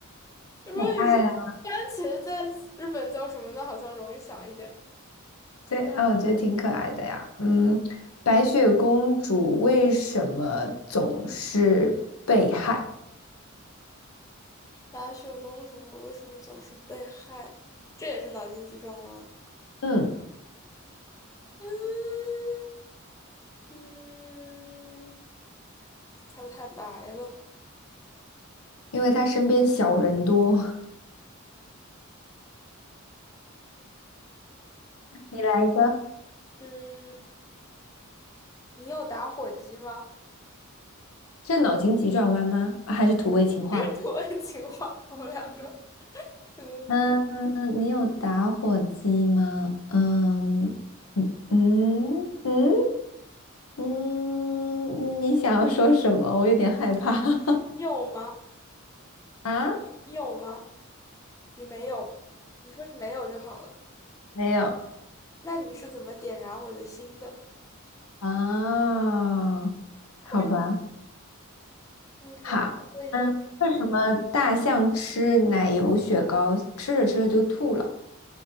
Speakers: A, on the left; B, on the left.
A: 如果你说番茄在日本叫什么呢？
B: 可爱啊。
A: 好像容易想一点。
B: 对，啊，我觉得挺可爱的呀。嗯，白雪公主为什么总是被害？
A: 白雪公主为什么总是被害？这也是脑筋急转弯。
B: 嗯，
A: 嗯嗯，猜不太白了。
B: 因为她身边小人多。<laughs> 你来一个，
A: 嗯，你有打火机吗？
B: 这脑筋急转弯吗？啊还是土味情话？
A: <laughs> 这是土味情话，我们两个真的是
B: 嗯，你有打火机吗？嗯嗯嗯嗯嗯，你想要说什么？我有点害怕。<laughs>
A: 你有吗？
B: 啊，
A: 你有吗？你没有，你说你没有就好了。
B: 没有
A: 那你是怎么点燃我的心的？
B: 啊，好吧。
A: 我嗯，还有点过一个，
B: 好，嗯，为什么大象吃奶油雪糕，吃着吃着就吐了？